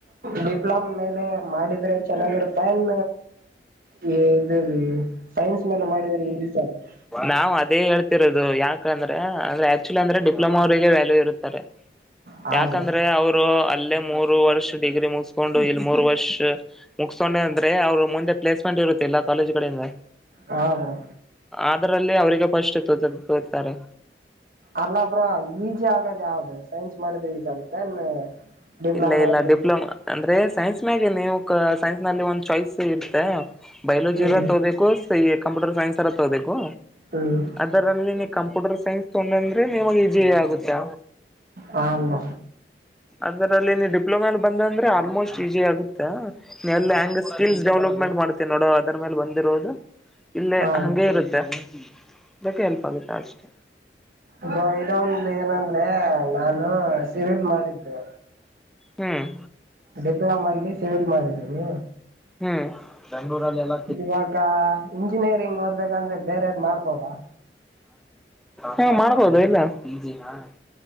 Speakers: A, on the right; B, in the centre.
A: ಡಿಪ್ಲೊಮ್ ಮೇಲೆ ಮಾಡಿದ್ರೆ ಚೆನ್ನಾಗಿರುತ್ತೆನ್ ಇ ಇದು ಸೈನ್ಸ್ ಮೇಲೆ ಮಾಡಿದ್ರೆ ಈಸಿ ಆಗುತ್ತ?
B: ನಾವು ಅದೇ ಹೇಳ್ತಿರೋದು ಯಾಕಂದ್ರೆ ಅಂದ್ರೆ ಆಕ್ಚುಲಿ ಅಂದ್ರೆ ಡಿಪ್ಲೊಮಾ ಅವ್ರಿಗೆ ವ್ಯಾಲ್ಯೂ ಇರುತ್ತೆ
A: ಹಾ
B: ಯಾಕಂದ್ರೆ
A: ಬ್ರೋ
B: ಅವರು ಅಲ್ಲೇ ಮೂರು ವರ್ಷ ಡಿಗ್ರಿ ಮುಗ್ಸಿ ಕೊಂಡು ಇಲ್ಲಿ ಮೂರು ವರ್ಷ ಮುಗಸ್ಕೊಂಡೆ ಅಂದ್ರೆ ಅವರು ಮುಂದೆ ಪ್ಲೇಸ್ಮೆಂಟ್ ಇರುತ್ತೆ ಎಲ್ಲ ಕಾಲೇಜ್ ಕಡೆ ಇಂದ
A: ಹಾ ಬ್ರೋ
B: ಅದರಲ್ಲಿ ಅವ್ರಿಗೆ ಫಸ್ಟ್ <unintelligible> ತೋತಾರೆ.
A: ಅಲ್ಲ ಬ್ರೊ ಈಜಿ ಆಗದ್ ಯಾವ್ದ್ ಸೈನ್ಸ್ ಮಾಡಿದ್ರೆ ಈಜ ಆಗುತ್ತೆ ಇನ್ ಡಿಪ್ಲಮಾ
B: ಇಲ್ಲ ಇಲ್ಲ
A: <unintelligible>
B: ಡಿಪ್ಲೊಮಾ ಅಂದ್ರೆ ಸೈನ್ಸ್ ಮ್ಯಾಗೆ ನೀವು ಸೈನ್ಸ್ ನಲ್ಲಿ ಒಂದ್ ಚಾಯ್ಸ್ ಇರ್ತ್ತೆ ಬಯೋಲಜಿರ
A: ಹ್ಮ್
B: ತಗೋಬೇಕು ಸ ಕಂಪ್ಯೂಟರ್ ಸೈನ್ಸ್ರ ತಗೋಬೇಕು.
A: ಹ್ಮ್
B: ಅದರಲ್ಲಿ ನೀ ಕಂಪ್ಯೂಟರ್ ಸೈನ್ಸ್ ತೊಡಂದ್ರೆ ನಿಮಗ್ ಈಜಿ ಆಗುತ್ತೆ.
A: ಹ ಬ್ರೊ
B: ಅದ್ರ ಅಲ್ಲಿ ನೀ ಡಿಪ್ಲೊಮಲ್ಲಿ ಬಂದಂದ್ರೆ ಆಲ್ಮೋಸ್ಟ್ ಈಸಿ ಆಗುತ್ತಾ. ಎಲ್ಲ ಹೆಂಗ ಸ್ಕಿಲ್ಸ್ ಡೆವಲಪ್ಮೆಂಟ್ ಮಾಡ್ತಿ ನೋಡೋ ಅದ್ರ ಮೇಲೆ ಬಂದಿರೋದು. ಇಲ್ಲೇ
A: ಹಾ ಬ್ರೋ
B: ಹಂಗೆ ಇರುತ್ತೆ ಇದಕ್ಕೆ ಹೆಲ್ಪ್ ಆಗುತ್ತೆ ಅಷ್ಟೆ.
A: ಇದು ಇದೊಂದು ಏನಂದ್ರೆ ನಾನು ಸಿವಿಲ್ ಮಾಡಿದ್ದೆ.
B: ಹ್ಮ್
A: ಡಿಪ್ಲೊಮ ಅಲ್ಲಿ ಸಿವಿಲ್ ಮಾಡಿದ್ದೀನಿ.
B: ಹ್ಮ್ ಬೆಂಗಳೂರಲ್ಲಿ ಎಲ್ಲ
A: ಇವಾಗ ಇಂಜಿನಿಯರಿಂಗ್ ಓದ್ಬೇಕಂದ್ರೆ ಬೇರೆದ್ ಮಾಡ್ಬೋದಾ
B: ಹ ಮಾಡ್ಬೋದು ಎಲ್ಲ <unintelligible> <unintelligible>